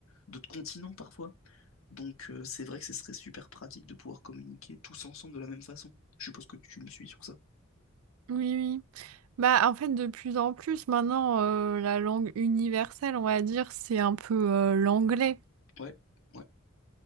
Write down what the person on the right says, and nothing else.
Oui, oui. Bah, en fait, de plus en plus, maintenant, euh, la langue universelle, on va dire, c'est un peu euh, l'anglais.